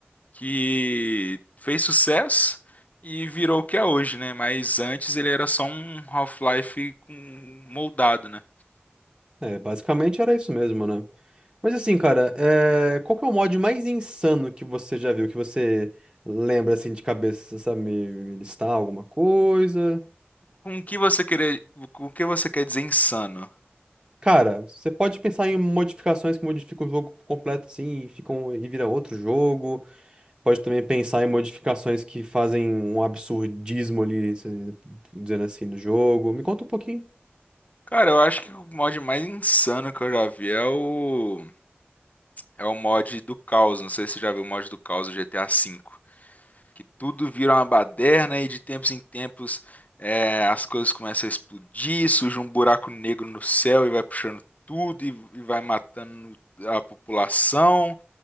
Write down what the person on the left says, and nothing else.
que fez sucesso e virou o que é hoje, né? Mas antes ele era só um Half-Life com- moldado, né?
Com o que você querer, com o que você quer dizer insano?
Cara, eu acho que o mod mais insano que eu já vi é o é o mod do Caos. Não sei se você já viu o mod do Caos do GTA V. que tudo vira uma baderna e de tempos em tempos é, as coisas começam a explodir, surge um buraco negro no céu e vai puxando tudo e, e vai matando a população